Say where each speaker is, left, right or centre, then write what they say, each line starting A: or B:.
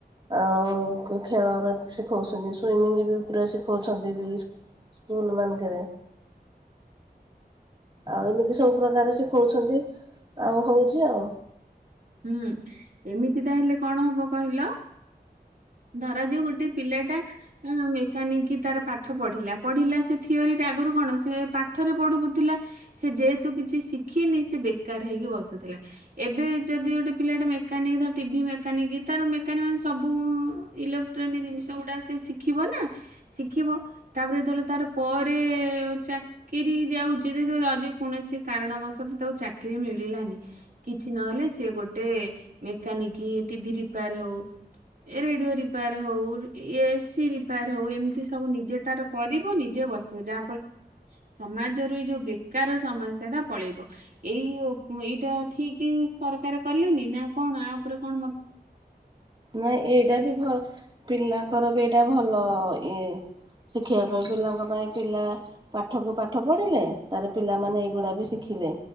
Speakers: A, on the right; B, on the right.
A: ଆ ଖେଳରେ ଶିଖଉଛନ୍ତି ସୁମିଙ୍ଗ ବି ଉପରେ ଶି ଖାଉଛନ୍ତି ବି ସ୍କୁଲ ମାନଙ୍କରେ ଆଉ ଏମିତି ସବୁ ପ୍ରକାର ଶିଖଉଛନ୍ତି ଆଉ ହଉଛି ଆଉ
B: ହୁଁ ଏମିତିଟା ହେଲେ କଣ ହବ କହିଲ ଧର ଯେ ଗୋଟେ ପିଲାଟା ମେକାନିକ କି ତାର ପାଠ ପଢିଲା ପଢିଲା ସେ ଥିଓରରେ ଆଗରୁ କଣ ସେ ପାଠରେ ପଢୁଥିଲା ସେ ଯେହେତୁ କିଛି ଶିଖିନି ସେ ବେକାର ହେଇକି ବସୁଥିଲା ଏବେ ଯଦି ଗୋଟେ ପିଲା ଗଟେ ମେକାନିକ ଟିଭି ମେକାନିକ ତାର ମେକାନିକ ମାନେ ସବୁ ଇଲେକ୍ଟ୍ରୋନିକ୍ ଜିନିଷ ଗୁଡା ସେ ଶିଖିବ ନା ଶିଖିବ। ତାପରେ ଯେତେବେଳେ ତାର ପରେ ଚାକିରି ଯାଉଛି ଯ ଯଦି କୌଣସି କାରଣବଶତ ତାକୁ ଚାକିରରି ମିଳିଲାନି କିଛି ନହେଲେ ସେ ଗୋଟେ ମେକାନିକ ଟିଭି ରିପେୟାର ହଉ ରେଡିଓ ରିପେୟାର ହଉ ଏସି ରିପେୟାର ହଉ ଏମିତି ସବୁ ନିଜେ ତାର କରିବ ନିଜେ ବସିବ। ଯାହାଫଳରେ ସମାଜର ଏଇ ଯୋଉ ବେକାର ସମସ୍ୟା ଟା ପଳେଇବ। ଏଇ ଏଇଟା ଠିକ ସର ତାର କଲେନି ନା କଣ ଆ ଉପରେ କଣ ମତେ
A: ନାାଇଁ ଏଇଟା ବି ଭଲ ପିଲାଙ୍କର ବି ଏଇଟା ଭଲ ଇଏ ଶିଖିବା ପାଇଁ ପିଲାଙ୍କ ପାଇଁ ପିଲା ପାଠ କ ପାଠ ପଢିଲେ ତାର ପିଲାମାନେ ଏଇଗୁଡା ବି ଶିଖିଲେ